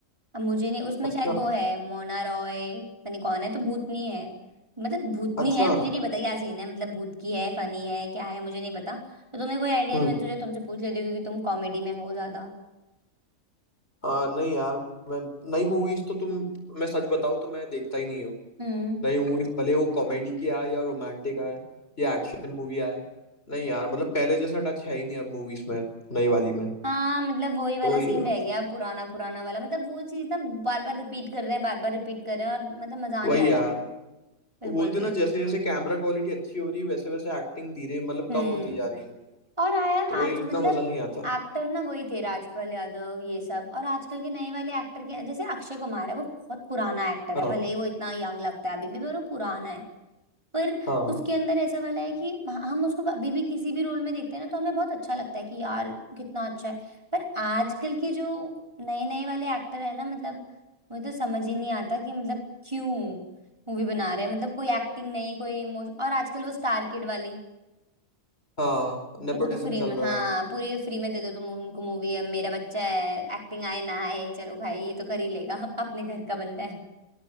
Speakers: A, on the right; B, on the left.
A: अब मुझे नहीं उसमें
B: अच्छा
A: शायद वो है मोना रॉय पता नहीं कौन है तो भूतनी है मतलब भूतनी
B: अच्छा
A: है मुझे नहीं पता क्या सीन है मतलब भूत की है फनी है क्या है मुझे नहीं पता तो तुम्हें कोई आइडिया
B: हम्म
A: है तो मैंने सोचा तुमसे पूछ लेती हूँ क्योंकि तुम कॉमेडी में हो ज्यादा
B: आ, नहीं यार मैं नई मूवीज तो तुम मैं सच बताऊं तो मैं देखता ही नहीं हूँ
A: हम्म
B: नई मूवीज भले वो कॉमेडी की आए या रोमांटिक आए या एक्शन मूवी आए नहीं यार मतलब पहले जैसा टच है ही नहीं अब मूवीज में नई वाली में
A: हाँ मतलब वही वाला
B: वही
A: सीन
B: है
A: रह गया पुराना पुराना वाला मतलब वो चीज ना बार बार रिपीट कर रहे हैं बार बार रिपीट कर रहे हैं और मतलब मजा
B: वही
A: नहीं आ
B: यार
A: रहा बिल्कुल
B: वो बोलते
A: भी
B: ना जैसे जैसे कैमरा क्वालिटी अच्छी हो रही है वैसे वैसे एक्टिंग धीरे मतलब
A: हम्म
B: कम होती जा रही है
A: और हाँ यार
B: तो
A: आज
B: वही उतना
A: मतलब
B: मजा नहीं आता
A: एक्टर ना वही थे राजपाल यादव ये सब और आजकल के नए वाले एक्टर के जैसे अक्षय कुमार है वो बहुत पुराना एक्टर
B: हाँ
A: है भले ही वो इतना यंग लगता है अभी भी पर वो पुराना है पर
B: हाँ
A: उसके अंदर ऐसा वाला है कि ह- हम उसको अभी भी किसी भी रोल में देखते हैं ना तो हमें बहुत अच्छा लगता है कि यार कितना अच्छा है पर आजकल के जो नए नए वाले एक्टर है ना मतलब मुझे तो समझ ही नहीं आता कि मतलब क्यों मूवी बना रहे हैं मतलब कोई एक्टिंग नहीं कोई इमोशन और आजकल वो स्टार किड वाली
B: हाँ नेपोटिज्म
A: उनको तो फ्री
B: चल
A: में
B: रहा
A: हाँ
B: है बस
A: पूरी फ्री में दे दो तुम उनको मूवी है मेरा बच्चा है एक्टिंग आए ना आए चलो भाई ये तो कर ही लेगा <laughs> अपने घर का बंदा